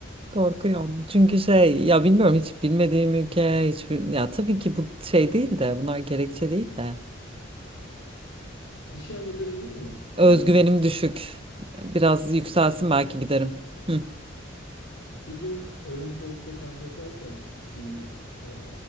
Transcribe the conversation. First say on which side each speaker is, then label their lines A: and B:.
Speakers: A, on the right (about 30°); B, on the left (about 75°).
A: Korkuyorum. Çünkü şey ya bilmiyorum hiç bilmediğim ülke hiç bil- ya tabii ki bu şey değil de bunlar gerekçe değil de.
B: Bir şey anlatabilir miyim?
A: Özgüvenim
B: Ee,
A: düşük. Biraz yükselsin belki giderim. Hı,
B: Bir gün Olimpos'ta kamp yaparken bir e,